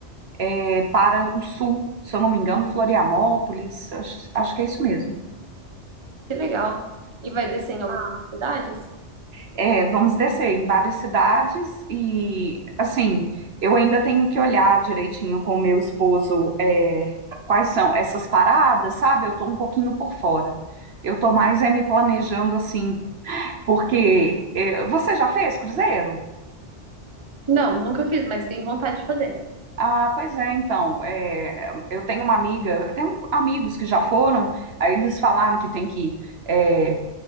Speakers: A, on the right; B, on the right.
A: é para o sul, se eu não me engano, Florianópolis, acho, acho que é isso mesmo.
B: Que legal. E vai descer em algumas cidades?
A: É, vamos descer em várias cidades e, assim, eu ainda tenho que olhar direitinho com o meu esposo, é, quais são essas paradas, sabe? Eu tô um pouquinho por fora. Eu tô mais é me planejando assim, porque é, você já fez cruzeiro?
B: Não, nunca fiz, mas tenho vontade de fazer.
A: Ah, pois é, então, é, eu tenho uma amiga, eu tenho amigos que já foram, aí eles falaram que tem que é,